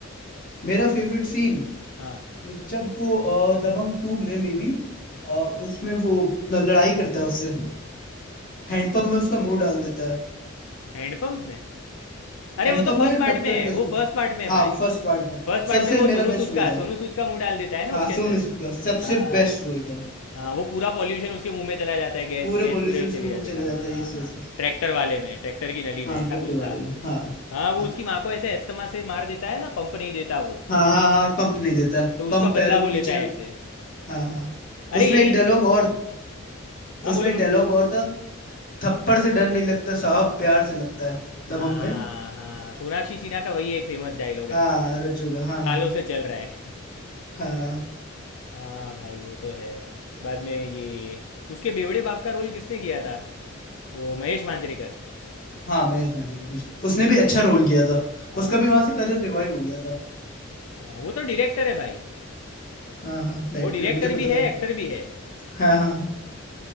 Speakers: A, on the left; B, on the left.
A: मेरा फेवरेट सीन
B: हाँ।
A: जब वो अ, दबंग टू में मे बी उसमें वो लड़ाई करता है उससे हैंडपंप में उसका मुंह डाल देता है
B: हैंडपंप में अरे
A: हैंडपंप
B: वो तो फर्स्ट
A: में
B: पार्ट
A: ट्रैक्टर
B: में है
A: के
B: वो
A: उसमें
B: फर्स्ट पार्ट में है
A: हाँ
B: भाई
A: फर्स्ट पार्ट में
B: फर्स्ट पार्ट
A: सबसे
B: में वो
A: मेरा
B: सोनू
A: बेस्ट
B: सूद
A: वही
B: का
A: था
B: सोनू सूद का मुंह डाल देता है ना
A: हाँ
B: उसके अंदर
A: सोनू सूद का सबसे
B: हाँ हाँ
A: बेस्ट वही था
B: हाँ, वो पूरा पॉल्यूशन उसके मुंह में चला जाता है गैस
A: पूरे
B: गैस
A: पोल्यूशन
B: पूरे
A: उसके
B: चली
A: मुंह
B: जाती
A: में
B: है
A: चला
B: हाँ
A: जाता है
B: हाँ
A: यस
B: हाँ
A: यस
B: ट्रैक्टर वाले में ट्रैक्टर की नली
A: हाँ
B: में ऐसा
A: ट्रैक्टर
B: कुछ
A: वाले
B: था
A: में हाँ
B: हाँ वो
A: हाँ
B: उसकी माँ को ऐसे अस्थमा से मार देता है ना पंप नहीं देता वो
A: हाँ हाँ हाँ पंप नहीं देता
B: तो उसका
A: पंप पैरों
B: बदला वो
A: के नीचे
B: लेता है ऐसे
A: हाँ हाँ हाँ।
B: अरे
A: उसमें
B: यही
A: एक डायलॉग
B: हाँ
A: और
B: हाँ हाँ,
A: उसमें
B: बोलो
A: एक
B: बोलो
A: डायलॉग और था थप्पड़ से डर नहीं लगता साहब प्यार से लगता है दबंग
B: हाँ
A: में
B: हाँ सोनाक्षी सिन्हा का वही एक फेमस डायलॉग है
A: हाँ
B: भाई
A: रज्जू का हाँ
B: सालों
A: हाँ
B: से चल रहा है
A: हाँ
B: हाँ भाई वो तो है बाद में ये उसके बेवड़े बाप का रोल किसने किया था वो महेश मांजरेकर
A: हाँ मैं इस मैच उसने भी अच्छा रोल किया था
B: हाँ
A: उसका भी वहां से करियर रिवाइव हो गया था
B: हाँ वो तो डायरेक्टर है भाई
A: हाँ हाँ डायरेक्टर
B: वो डायरेक्टर
A: मुझे पता
B: भी है
A: है
B: एक्टर भी है
A: हाँ हाँ